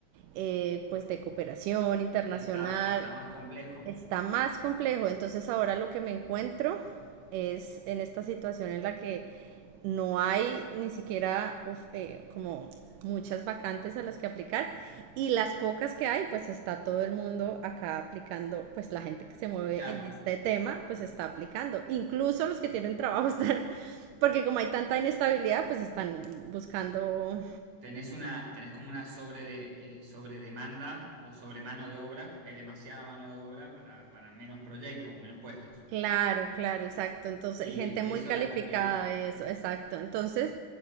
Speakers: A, on the right; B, on the right.
A: eh, pues de cooperación internacional,
B: está, está más complejo.
A: Está más complejo, entonces ahora lo que me encuentro es en esta situación en la que no hay ni siquiera uf, eh, como muchas vacantes a las que aplicar y las pocas que hay, pues está todo el mundo acá aplicando, pues la gente que se mueve
B: Claro.
A: en este tema, pues está aplicando. Incluso los que tienen trabajo <laughs> están, porque como hay tanta inestabilidad, pues están buscando
B: tenés una, tenés como una sobre de, eh, sobredemanda o sobre mano de obra, hay demasiada mano de obra para, para menos proyectos o menos puestos.
A: Claro, claro, exacto. Entonces,
B: Y
A: gente muy
B: eso
A: calificada
B: la complica.
A: y eso, exacto. Entonces,